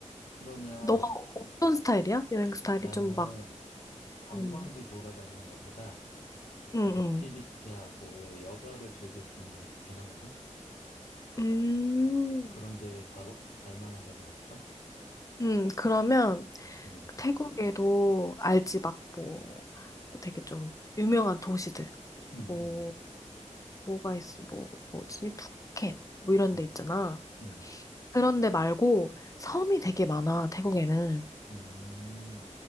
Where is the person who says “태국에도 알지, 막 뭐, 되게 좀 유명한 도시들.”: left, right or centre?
Left